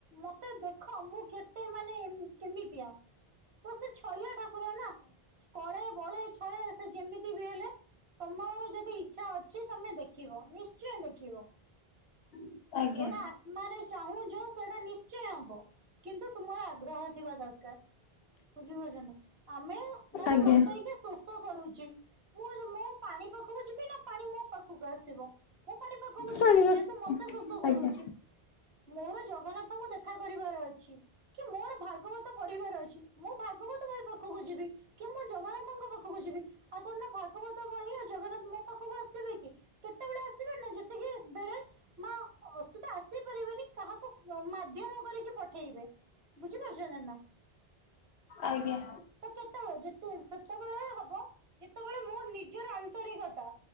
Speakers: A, on the right; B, on the left.
A: ମତେ ଦେଖ ମୁଁ କେତେ ମାନେ କେମିତିଆ ତ ସେ ଛଳିଆ ଠାକୁର ନା। କଳେ ବଳେ ଛଳେ ସେ ଯେମିତି ବି ହେଲେ। ତମର ଯଦି ଇଚ୍ଛା ଅଛି ତମେ ଦେଖିବ ନିଶ୍ଚୟ ଦେଖିବ। <unintelligible>
B: ଆଜ୍ଞା।
A: ଯଉଟା ଆତ୍ମା ରେ ଚାହୁଁଛ ସେଟା ନିଶ୍ଚୟ ହବ କିନ୍ତୁ ତୁମର ଆଗ୍ରହ ଥିବା ଦରକାର। ବୁଝିପାରୁଛ ନା ଆମେ ଧର
B: ଆଜ୍ଞା
A: ମତେ ଏଇଖା ଶୋଷ। ଶୋଷ କରୁଛି ମୁଁ ଜ ମୁଁ ପାଣି ପାଖକୁ ଯିବି ନା ପାଣି ମୋ ପାଖକୁ ଆସିବ। ମୁଁ ପାଣି ପାଖକୁ
B: ପାଣି
A: ଯିବି ଯେହେତୁ ମତେ ଶୋଷ
B: ଆଜ୍ଞା।
A: କରୁଛି ମୋର ଜଗନ୍ନାଥଙ୍କୁ ଦେଖ ଦେଖା କରିବାର ଅଛି କି ମୋର ଭାଗବତ ପଢିବାର ଅଛି ମୁଁ ଭାଗବତ ବହି ପାଖକୁ ଯିବି। କି ମୁଁ ଜଗନ୍ନାଥଙ୍କ ପାଖକୁ ଯିବି ଆଉ ଥନା ଭାଗବତ ବହି ଆଉ ଜଗନ୍ନାଥ ମୋ ପାଖକୁ ଆସିବେ କି। କେତେବେଳେ ଆସିବେ ନା ଯେତିକି ବେଳେ। ନା ସିଏ ତ ଆସି ପାରିବେନି କାହାକୁ ଅ ମାଧ୍ୟମ କରିକି ପଠେଇବେ। ବୁଝିପାରୁଛନ୍ତି ନା।
B: ଆଜ୍ଞା।
A: ତ କେତେବେଳେ ଯେତେ ସେତେବେଳେ ହବ ଯେତେବେଳେ ମୋ ନିଜର ଆନ୍ତରିକତା।